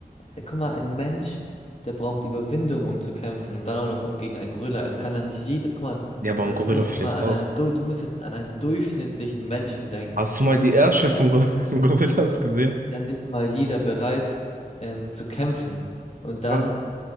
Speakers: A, on the left; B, on the right.
A: Ey, guck mal, ein Mensch, der braucht Überwindung, um zu kämpfen und dann auch noch um gegen einen Gorilla. Es kann dann nicht jeder. Guck mal,
B: Ja, aber
A: äh,
B: ein Gorilla
A: du musst
B: vielleicht
A: jetzt mal an
B: auch.
A: einen, du, du musst jetzt an einen durchschnittlichen Menschen denken.
B: Hast du mal die Ärsche
A: Ist
B: von
A: ja-
B: Gor <laughs> Gorillas
A: Es
B: gesehen?
A: ist ja nicht mal jeder bereit, ähm, zu kämpfen. Und dann
B: Ah,